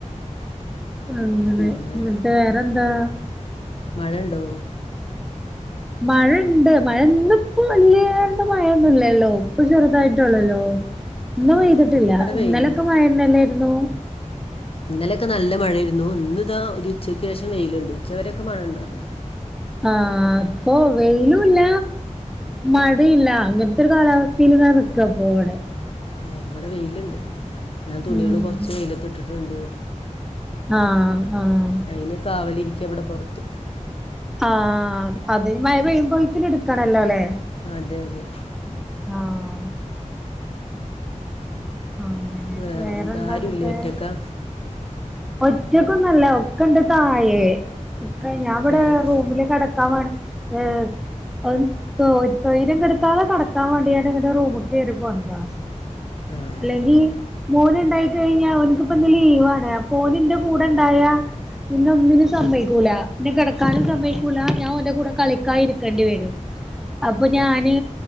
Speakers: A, in the centre; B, on the left.
A: അങ്ങനെ.
B: പിന്നെ
A: ഇന്നട്ട് വേറെന്താ?
B: മഴ ണ്ടോ?
A: മഴ ണ്ട്. മഴ ഇന്നിപ്പോ വല്ല്യാണ്ട് മഴയൊന്നുല്ലല്ലോ ഇപ്പ ചെറുതായിട്ടൊള്ളൊല്ലോ ഇന്നു
B: ഉം.
A: പെയ്തിട്ടില്ല.
B: ഇപ്പൊ ഇവിടെ
A: ഇന്നലൊക്കെ
B: വെയിലുണ്ട്.
A: മഴന്നല്ലായിരുന്നു.
B: ഇന്നലെയൊക്കെ നല്ല മഴയേരുന്നു ഇന്ന് ദാ ഒരുച്ചയ്ക്ക് ശേഷം വെയിലുണ്ട്. ഉച്ചവരെക്കെ മഴ ണ്ടായിരുന്നു.
A: ആഹ്. ഇപ്പൊ വെയ്ലൂല്ല മഴീല്ല. അങ്ങൻത്തെ ഒരു കാലാവസ്ഥീൽ ങ്ങനെ നിക്കാപ്പോ വടെ.
B: അഹ് വടെ വെയില്ണ്ട്. ഞാൻ തുണികള്
A: ഉം
B: കൊറച്ച് വെയ്ലത്തിട്ടിട്ടുണ്ട്.
A: ആഹ് ആഹ്
B: അയ്ന് കാവലിരിക്യാ വടെ പൊർത്ത്
A: ആഹ്. അതിനി മഴ പെയ്യുമ്പോഴ്ത്തിന്ട്ക്കണല്ലോ ല്ലെ
B: അതെ അതെ.
A: ആഹ് അങ്ങനെ
B: വേറെന്താ
A: വേറെന്താന്നിട്ട്
B: ആരുല്ല്യെ ഒറ്റക്കാ
A: ഒറ്റക്കൊന്നല്ല ഒക്കെ ഇണ്ട് താഴേ ഇക്ക ഞാൻ ഇവടെ
B: ഏഹ്
A: റൂമില് കെട ക്കാൻ വാണ് ഏഹ് ഒന്ന് തോ തൊയ്ര്യം കെടുത്താതെ കടക്കാൻ വേണ്ടിക്കാണ്ട് ഇങ്ങട്ട് റൂമ്ക്കേറി പോന്നതാ.
B: ആഹ്
A: അല്ലെങ്കി മോന് ഇണ്ടായി കഴിഞ്ഞാ ഓന്ക് ഇപ്പ ന്ന് ലീവാണ് അപ്പൊ ഓൻ ഇന്റെ കൂടെ ഇണ്ടായാ പിന്നെ ഒന്നിനും സമ്മയ്ക്കൂല. ഇന്നെ കെടക്കാനും
B: ആഹ്
A: സമയ്ക്കൂല ഞാൻ ഓന്റെ കൂടെ കളിക്കാന് ഇരിക്കണ്ടി വരും. അപ്പ
B: ആഹ്.
A: ഞാന്